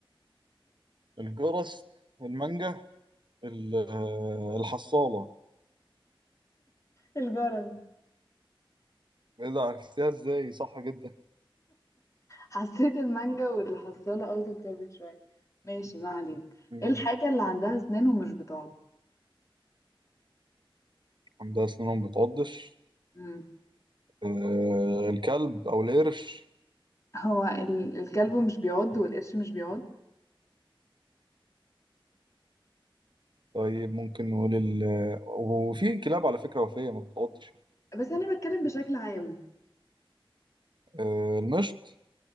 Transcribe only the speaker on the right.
الجرس المانجا ال- آه، الحصالة
ايه ده عرفتيها ازاي صح جدا
مم.
عندها سنون ما بتعضش
آه، الكلب او القرش
طيب ممكن نقول ال... آه، وفي كلاب على فكرة وفية ما بتعضش
آه، المشط